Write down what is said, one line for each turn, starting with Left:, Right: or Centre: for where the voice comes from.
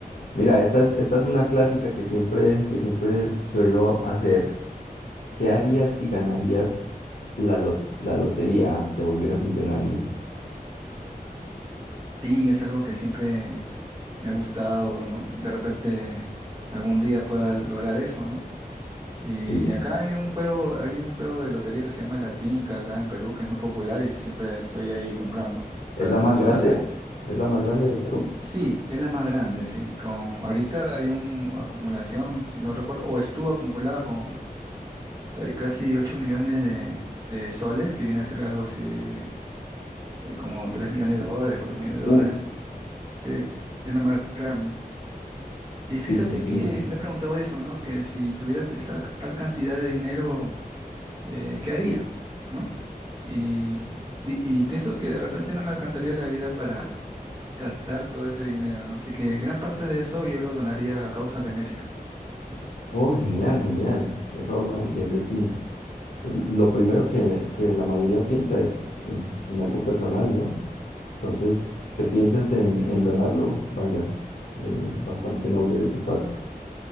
Left: Mira, esta es, esta es una clásica que siempre, que siempre suelo hacer. ¿Qué harías si ganarías la, lot- la lotería, te volvieras millonario?
Right: Sí, es algo que siempre me ha gustado, ¿no? De repente algún día pueda lograr eso, ¿no? Y
Left: Sí.
Right: acá hay un juego, hay un juego de lotería que se llama La Tinca acá en Perú, que es muy popular y siempre estoy ahí comprando
Left: ¿Es
Right: para
Left: la
Right: tener
Left: más grande?
Right: suerte.
Left: ¿Es la más grande de Perú?
Right: Sí, es la más grande, sí. Con, ahorita hay una acumulación, si no recuerdo, o estuvo acumulada con hay casi 8 millones de, de soles, que viene a ser algo así, eh, como 3 millones de dólares, cuatro millones de
Left: Uh,
Right: dólares. Sí, es la más grande. Y fíjate
Left: sí, sí,
Right: que
Left: sí.
Right: me he preguntado eso, ¿no? Que si tuviera esa tal cantidad de dinero eh, ¿qué haría? ¿No? Y, di- y pienso que de repente no me alcanzaría la vida para gastar todo ese dinero, ¿no? Así que gran parte de eso yo lo donaría a causas benéficas. ¿no?
Left: Oh, genial, genial. Eso habla muy bien de ti. L- Lo primero que, que la mayoría piensa es en, en algo personal, ¿no? Entonces, que pienses en, en donarlo, vaya, eh, bastante noble de tu parte.